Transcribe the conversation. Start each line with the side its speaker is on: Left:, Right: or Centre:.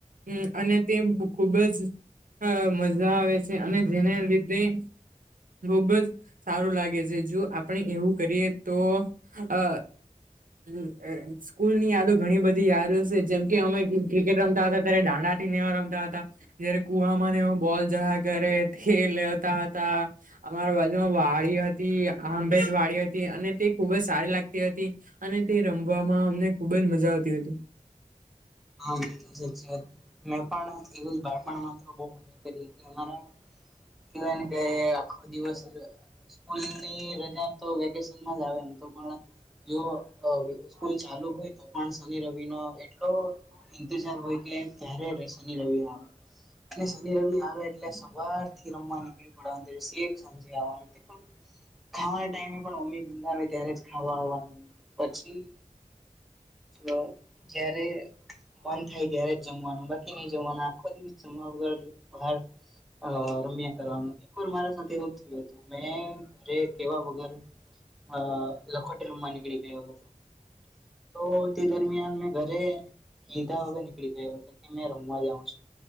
Right: હમ અને તે ખુબ જ અ મજા આવે છે અને જેના લીધે. ખુબ જ સારું લાગે છે જો આપણે એવું કરીએ તો અ હમ્મ એ જ. સ્કૂલ ની યાદો ઘણી બધી યાદ છે જેમ કે અમે ક્રિકેટ રમતા હતા ત્યારે દાંડા થીનેવા રમતા હતા. જયારે કુવામાં એ બોલ જહા કરે તે લેતા હતા. અમારા બાજુમાં વાડી હતી આંબેજ વાડી હતી અને તે ખુબ જ સારી લાગતી હતી. અને તે રમવામાં અમને ખુબ જ મજા આવતી હતી.
Centre: હા મિત્ર સાચી વાત, મેં પણ <unintelligible> બાળપણ માં તો બોવ કરો તી અમારા કેવાય ને કે આખો દિવસ જ સ્કૂલ ની રજા તો વેકેશનમાં જ આવે તો પણ જો અહ સ્કૂલ ચાલુ હોય તો પણ શનિ રવિ નો એટલો ઇંતજાર હોય કે ક્યારે ર શનિ રવિ આવે. અને શનિ રવિ આવે એટલે સવાર થી રમવા નીકળી પડવા <inaudible> <unintelligible> ખાવાના ટાઈમે પણ મમ્મી બોલાવે આવે ત્યારે જ ખાવા આવવાનું, પછી અહ જ્યારે મન થાય ત્યારે જ જમવાનું, બાકી નહીં જમવાનું, આખો દિવસ જમવા વગર બહાર અહ રમ્યા કરવાનું, એક વાર મારા સાથે એવું જ થયું તું, મેં ઘરે કહેવા વગર અહ લખોટી રમવા નીકળી ગયો હતો. તો તે દરમિયાન મેં ઘરે કીધા વગર નીકળી ગયો હતો કે મેં રમવા જાઉં છું.